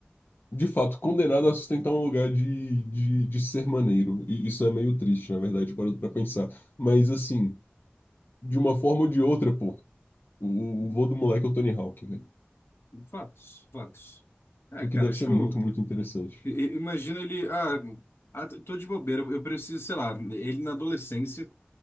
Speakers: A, on the left; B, on the left.
A: de fato, condenado a sustentar um lugar de, de, de ser maneiro. E isso é meio triste, na verdade, parando pra pensar. Mas, assim, de uma forma ou de outra, pô, o, o vô do moleque é o Tony Hawk, velho.
B: Fatos, fatos. É,
A: O
B: cara,
A: que deve
B: acho.
A: ser muito, muito interessante.
B: i- i- Imagina ele. Ah, ah, t- tô de bobeira, eu preciso, sei lá, ele na adolescência,